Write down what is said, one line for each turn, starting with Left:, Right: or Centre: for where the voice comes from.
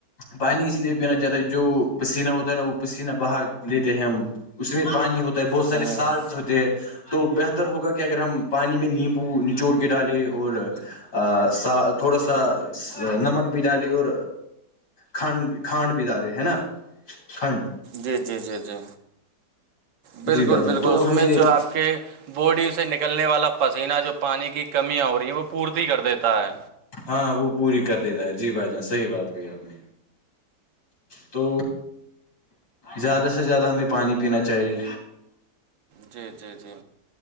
Left: پانی اس لیے پینا چاہتا ہے جو پسینہ ہوتا ہے نا وہ پسینہ بہا لیتے ہیں ہم اس میں پانی ہوتا ہے بہت سارے
Right: ہوں
Left: سالٹ ہوتے ہیں تو بہتر ہوگا کہ اگر ہم پانی میں نیمبو نچوڑ کے ڈالیں اور ا سا تھوڑا سا نمک بھی ڈالی اور کھان کھانڈ بھیدارے ہے نا کھنڈ
Right: جی جی جی جی بالکل
Left: جی بھائی جان
Right: بالکل
Left: تو
Right: اس
Left: ہمیں
Right: میں جو آپ کے بوڈی سے نکلنے والا پسینہ جو پانی کی کمیاں ہو رہی ہیں وہ پورتی کر دیتا ہے
Left: ہاں وہ پوری کر دیتا ہے جی بھائی جاناں صحیح بات کہی آپ نے تو زیادہ سے زیادہ ہمیں پانی پینا چاہیے
Right: جی جی جی